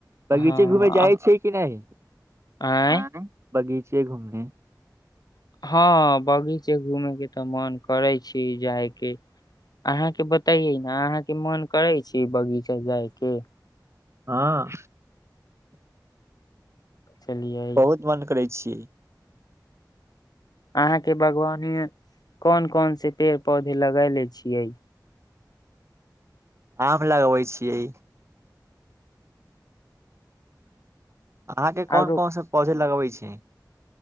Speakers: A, on the right; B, on the left.
A: बगीचे
B: हँ
A: घूमे जाइ छै कि नहि
B: आँय
A: बगीचे घूमने
B: हँ बगीचे घूमेय के तऽ मन करै छै जायके अहाँके बतैयै ने अहाँके मन करै छै बगीचे जाय के
A: हँ
B: चलियै
A: बहुत मन करै छी जी
B: अहाँके बागवानी मे कोन कोन से पेड़ पौधे लगैेले छियै
A: आम लगबै छियै <inaudible> अहाँ के कोन
B: आरो
A: कोन सा पौधा लगबे छै